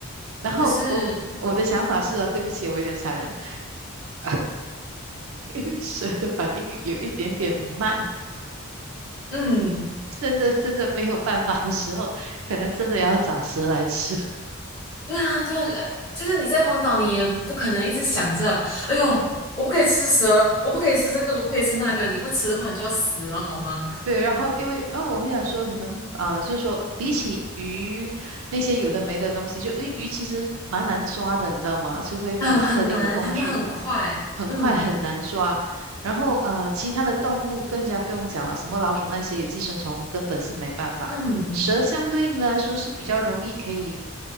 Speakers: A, on the right (about 75°); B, on the left (about 20°).
A: 然后我我的想法是啊，
B: 可是，
A: 对不起，我有点残忍，<laughs> 因为蛇的反应有一点点慢。
B: 嗯。
A: 真的真的没有办法的时候，可能真的要找蛇来吃。
B: 对啊，对啊，呃就是你在荒岛，你也不可能一直想着，哎呦，我不可以吃蛇，我不可以吃这个，我不可以吃那个，你不吃的话，你就要死了，好吗？<laughs>
A: 对，然后因为，嗯，我会想说，你们啊、呃就是说，比起鱼那些有的没的东西，就诶，鱼其实蛮难抓的，你知道吗？除非你有特定的工具，
B: 很很难，他们很快，
A: 很快很难抓。
B: 嗯
A: 然后呃，其他的动物更加不用讲了，什么老鼠那些有寄生虫，根本是没办法。
B: 嗯
A: 蛇相对应的来说是比较容易可以